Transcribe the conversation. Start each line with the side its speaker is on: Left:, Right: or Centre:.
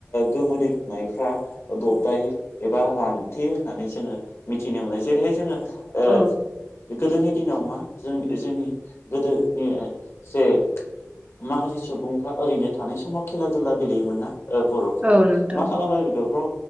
Left: गोमोदैनायफ्रा दबदायो एबा रानथे होननानै जोङो मिथिनो मोनो जेरैहाय जोङो ओ
Right: औ
Left: गोदोनि दिनाव मा जों जोंनि गोदोनि जे माखासे सुबुंफ्रा ओरैनो थानाय समाव खेला दुला गेलेयोमोन ना? बर'फ्रा
Right: औ नोंथां
Left: मा खालामो बिफोरखौ